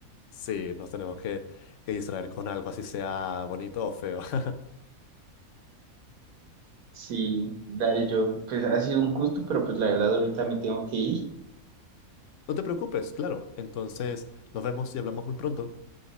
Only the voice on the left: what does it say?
Sí, nos tenemos que, que distraer con algo, así sea bonito o feo. <laughs>
No te preocupes, claro. Entonces nos vemos y hablamos muy pronto.